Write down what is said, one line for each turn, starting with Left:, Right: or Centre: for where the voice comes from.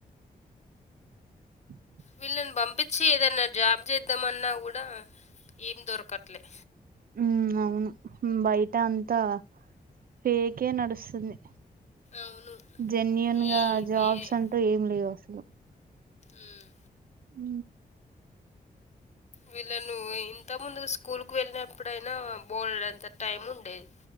Right: అ
Left: వీళ్ళని పంపించి ఏదైనా జాబ్ చేద్దామన్నా కూడా ఏం దొరకట్లే
Right: ఉ అవును బయట అంతా ఫేకే నడుస్తుంది
Left: అవును
Right: జన్యుూన్
Left: ఈ
Right: గా జాబ్స్
Left: వే-
Right: అంటూ ఏం లేవు అసలు
Left: ఉమ్.
Right: ఊ
Left: వీళ్ళ నువ్వు ఇంత ముందు స్కూల్ కు వెళ్ళినప్పుడయినా బోల్డ్ అంత టైం ఉండేది